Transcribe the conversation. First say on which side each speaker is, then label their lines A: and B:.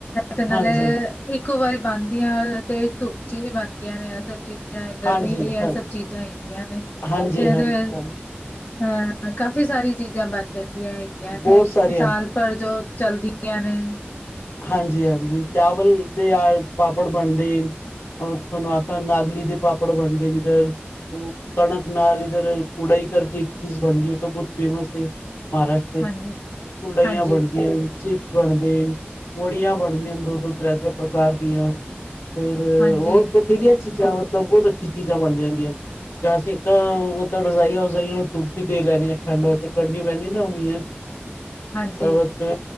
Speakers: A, on the left (about 50°); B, on the left (about 85°).
A: ਤੇ ਨਾਲੇ
B: ਹਾਂਜੀ
A: ਇੱਕ ਵਾਰੀ ਬਨਦੀਆਂ ਤੇ ਧੁੱਪ ਚ ਈ ਬਨਦੀਆਂ ਨੇ ਐ ਸਭ ਚੀਜ਼ ਜਾਂ ਗਰਮੀ
B: ਹਾਂਜੀ
A: ਦੀ ਐ
B: ਹਾਂ
A: ਸਭ ਚੀਜ਼ਾਂ ਹੈਗੀਆਂ ਨੇ
B: ਹਾਂਜੀ
A: <unintelligible>
B: ਹਾਂਜੀ ਹਾਂਜੀ
A: ਹਾਂ ਕਾਫ਼ੀ ਸਾਰੀ ਚੀਜ਼ਾਂ ਬਨ ਜਾਂਦੀਆਂ ਏ। ਦੀਆਂ
B: ਬਹੁਤ
A: ਨੇ
B: ਸਾਰੀਆਂ
A: ਸਾਲ ਭਰ ਜੋ ਚਲਦੀਆਂ ਨੇ।
B: ਹਾਂਜੀ-ਹਾਂਜੀ, ਚਾਵਲ ਦੇ ਆ ਪਾਪੜ ਬਣਦੇਨ ਔਰ ਤੇ ਤੁਆਨੁ ਆਖਯਾ ਨਾਗਲੀ ਦੇ ਪਾਪੜ ਬਣਦੇਨ ਏਧਰ। ਓ ਕਣਕ ਨਾਲ ਇਧਰ ਉਡਾਈ ਕਰਕੇ ਇੱਕ ਚੀਜ਼ ਬਣਦੀ ਓ ਤੇ ਬੋਤ ਫੇਮਸ ਏ। ਮਹਾਰਾਸ਼ਟਰ ਚ,
A: ਹਾਂਜੀ
B: ਉਡਾਈਆਂ
A: ਹਾਂਜੀ
B: ਬਣਦੀਆਂਨ, ਚਿਪਸ ਬਣਦੇਨ। ਵੜੀਆਂ ਬਣਦੀਆਂਨ ਦੋ-ਦੋ, ਤ੍ਰੈ-ਤ੍ਰੈ ਪ੍ਰਕਾਰ ਦੀਆਂ ਫੇਰ
A: ਹਾਂਜੀ
B: ਹੋਰ ਏਹ ਜਿਆਂ ਚੀਜ਼ਾਂ ਮਤਲਬ ਬੋਤ ਅੱਛੀ ਚੀਜ਼ਾਂ ਬਣਦੀਆਂ ਹੂੰਦੀਆਂਨ। ਯਾ ਅਸੀਂ ਤਾਂ ਮਤਲਬ ਰਜਾਈਆਂ ਵਜਾਈਆਂ ਨੂੰ ਧੁਪ ਵੀ ਦੇ ਲੈਨੇਨ ਠੰਡ ਵਾਸਤੇ ਕੱਢੀ ਪੈਂਦੀਆਂ ਨਾ ਓ ਮੀਆਂ 'ਚ। ਹ
A: ਹਾਂਜੀ
B: ਤਾਂ ਵਾਸਤੇ